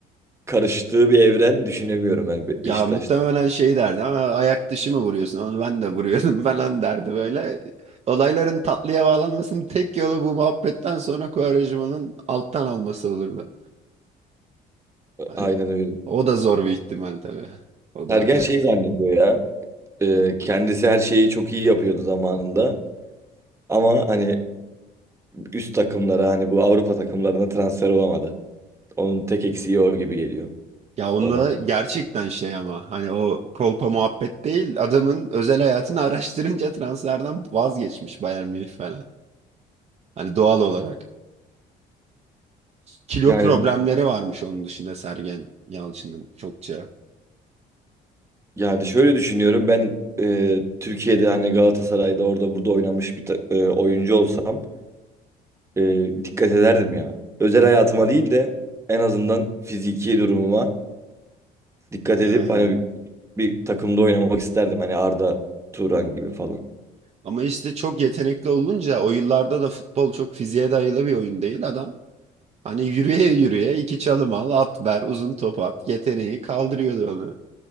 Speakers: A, on the right (about 15°); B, on the right (about 40°).
A: karıştığı bir evren düşünemiyorum ben Be- Beşiktaş'ta.
B: Ya muhtemelen şey derdi ama ayak dışı mı vuruyorsun? Onu ben de vuruyordum <laughs> falan derdi böyle. Olayların tatlıya bağlanmasının tek yolu bu muhabbetten sonra Kuvarecma'nın alttan alması olurdu. Hani
A: Aynen öyle.
B: o da zor bir ihtimal tabii. O da
A: Sergen şey zannediyor ya. e, kendisi her şeyi çok iyi yapıyordu zamanında. Ama hani üst takımlara hani bu Avrupa takımlarına transfer olamadı. Onun tek eksiği o gibi geliyor
B: <laughs> ya onda
A: ona.
B: gerçekten şey ama hani o kolpa muhabbet değil adamın özel hayatını araştırınca transferden vazgeçmiş Bayern Münih falan. Hani doğal olarak. Kilo
A: Yani
B: problemleri varmış onun dışında Sergen Yalçın'ın çokça.
A: yani şöyle düşünüyorum ben e, Türkiye'de hani Galatasaray'da orada burada oynamış bir ta- e, oyuncu olsam e, dikkat ederdim ya. Özel hayatıma değil de en azından fiziki durumuma dikkat
B: Yani
A: edip hani bir takımda oynamak isterdim hani Arda Turan gibi falan.
B: ama işte çok yetenekli olunca o yıllarda da futbol çok fiziğe dayalı bir oyun değil adam. Hani yürüye yürüye iki çalım al, at ver, uzun top at. Yeteneği kaldırıyordu onu.